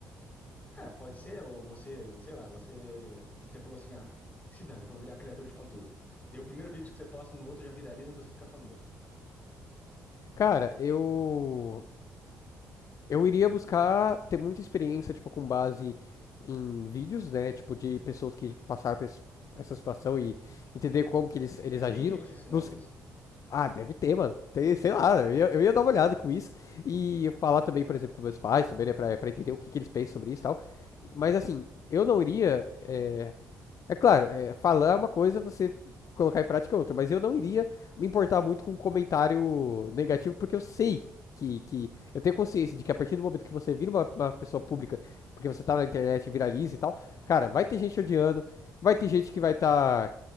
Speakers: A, on the left; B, on the left.
A: É, pode ser, ou você, sei lá, você, você falou assim, ah, que se dane, vou virar criador de conteúdo. Daí o primeiro vídeo que você posta no outro já viraliza e você fica famoso.
B: cara, eu eu iria buscar ter muita experiência, tipo, com base em vídeos, né? Tipo, de pessoas que passaram por esse- essa situação e entender como que eles, eles
A: Mas
B: agiram.
A: tem gente ensinando
B: Bus-
A: isso?
B: Ah, deve ter, mano. Tem, sei lá, eu ia, eu ia dar uma olhada com isso. E falar também, por exemplo, com meus pais, também, né, pra, pra entender o que, que eles pensam sobre isso e tal. Mas assim, eu não iria. é, é claro, é, falar é uma coisa, você colocar em prática é outra, mas eu não iria me importar muito com comentário negativo, porque eu sei que, que eu tenho consciência de que a partir do momento que você vira uma, uma pessoa pública, porque você tá na internet, viraliza e tal, cara, vai ter gente odiando, vai ter gente que vai estar